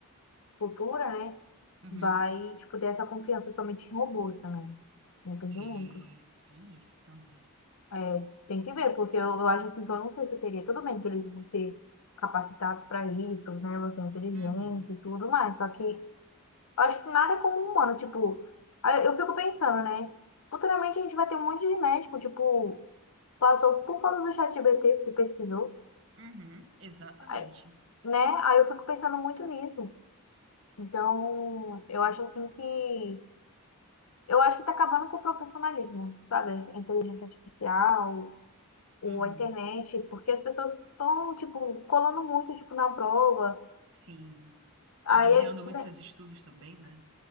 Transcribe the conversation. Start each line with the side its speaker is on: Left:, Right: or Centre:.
Left: futura, né,
Right: Uhum.
Left: vai, tipo, ter essa confiança somente em robôs também. Depende
Right: É,
Left: muito.
Right: tem isso também.
Left: É, tem que ver, porque eu, eu acho assim que eu não sei se eu teria. Tudo bem que eles vão ser capacitados para isso, né? Vão ser inteligentes
Right: Uhum.
Left: e tudo mais. Só que eu acho que nada é como um humano. Tipo, aí eu fico pensando, né? Futuramente a gente vai ter um monte de médico, tipo, passou por causa do chat ChatGPT, porque pesquisou,
Right: Uhum. Exatamente.
Left: aí- né? Aí eu fico pensando muito nisso. Então, eu acho assim que. Eu acho que tá acabando com o profissionalismo, sabe? Inteligência artificial. o,
Right: Uhum.
Left: a internet, porque as pessoas estão, tipo, colando muito, tipo, na prova.
Right: Sim.
Left: Aí,
Right: Baseando muito
Left: né,
Right: seus estudos também, né?